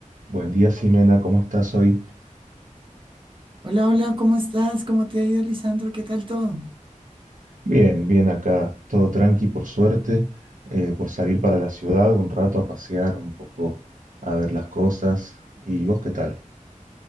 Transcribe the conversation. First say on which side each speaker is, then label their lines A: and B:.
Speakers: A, on the right; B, on the right.
A: Buen día, Ximena, ¿cómo estás hoy?
B: Hola, hola, ¿cómo estás? ¿Cómo te ha ido, Lisandro? ¿Qué tal todo?
A: Bien, bien acá, todo tranqui por suerte, eh, por salir para la ciudad un rato a pasear, un poco a ver las cosas. ¿Y vos qué tal?